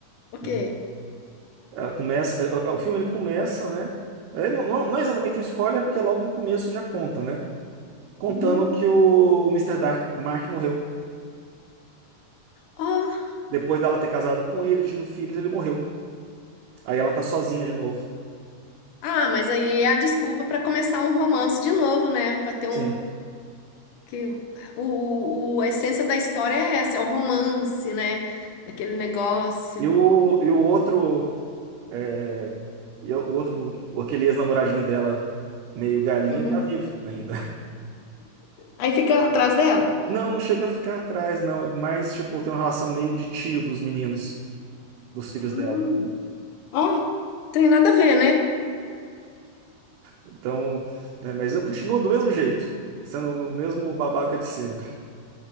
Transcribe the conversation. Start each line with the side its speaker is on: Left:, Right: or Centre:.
Left: Ok.
Right: né? Ela começa, eh, eh, o filme ele começa, né? Eh, Não, não- não é exatamente um spoiler, porque logo no começo já conta, né? Contando
Left: Uhum.
Right: que o Mister Dark, Mark morreu.
Left: Oh.
Right: Depois dela ter casado com ele, tido filhos, ele morreu. Aí ela tá sozinha de novo.
Left: Ah, mas aí é a desculpa para começar um romance de novo, né? Para ter um,
Right: Sim.
Left: Que o, o, o- a essência da história é essa, é o romance, né? Aquele negócio.
Right: E o, e o outro, eh, e o outro, aquele ex-namoradinho dela, meio galinha,
Left: Uhum.
Right: tá vivo ainda.
Left: Aí fica atrás dela.
Right: Não, não chega a ficar atrás, não. Ele mais, tipo, tem uma relação meio de tio dos meninos, dos filhos
Left: Hum,
Right: dela.
Left: Ó, Tem nada a ver, né?
Right: Então, né, mas eu continuo do mesmo jeito, sendo o mesmo babaca de sempre.